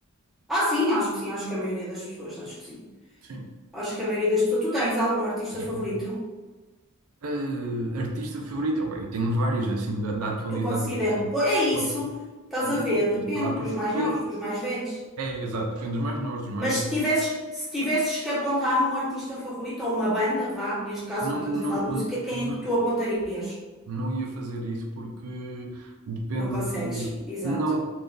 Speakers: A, in the centre; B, on the right.
A: Ah, sim, acho que sim, acho que a maioria das pessoas, acho que sim.
B: sim,
A: Acho que a maioria das pessoas. Tu tens algum artista
B: sim.
A: favorito
B: Eh, artista favorito? Oh, bem, eu tenho vários, assim, da, da atualidade
A: que tu considera.
B: do presente.
A: Pô, é
B: Posso?
A: isso, estás
B: Não,
A: a ver,
B: sei
A: depende
B: lá, porque
A: dos
B: depende.
A: mais novos, dos mais velhos.
B: É, exato, depende dos mais novos, dos mais
A: Mas se
B: velhos.
A: tivesses, se tivesses que apontar um artista favorito ou uma banda, vá, neste caso,
B: Não,
A: como
B: não,
A: estamos a falar de música, quem
B: não,
A: é que tu apontarias?
B: não ia fazer isso porque depende
A: Não consegues,
B: de.
A: exato.
B: Não,